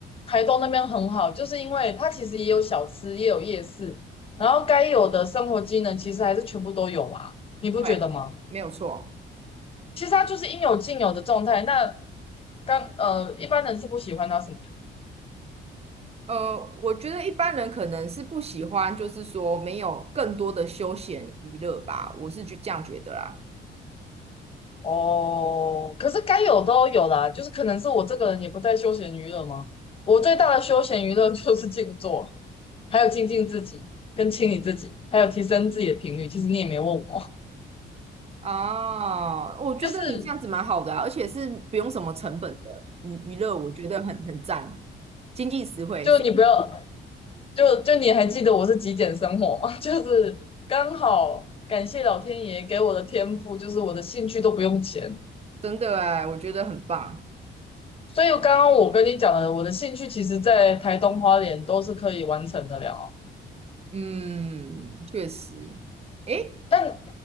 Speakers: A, on the left; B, on the right.
A: 台东那边很好，就是因为它其实也有小吃，也有夜市，然后该有的生活机能其实还是全部都有啦，你不觉得吗？
B: 对，没有错。
A: 其实它就是应有尽有的状态。那刚呃，一般人是不喜欢它什么。
B: 呃，我觉得一般人可能是不喜欢，就是说没有更多的休闲娱乐吧，我是就这样觉得啦。
A: 哦，可是该有都有啦，就是可能是我这个人也不太休闲娱乐嘛。我最大的休闲娱乐 <laughs> 就是静坐，还有静静自己，跟清理自己，还有提升自己的频率。其实你也没问我，
B: 哦，我觉得你这样子蛮好的啊，
A: 就是
B: 而且是不用什么成本的娱娱乐，我觉得很很赞，经济实惠，
A: 就你不要
B: 是
A: 就就你还记得我是极简生活吗？<laughs> 就是刚好感谢老天爷给我的天赋，就是我的兴趣都不用钱。
B: 真的哎，我觉得很棒。
A: 所以刚刚我跟你讲的，我的兴趣其实在台东花莲都是可以完成的了。
B: 嗯，确实。诶，
A: 但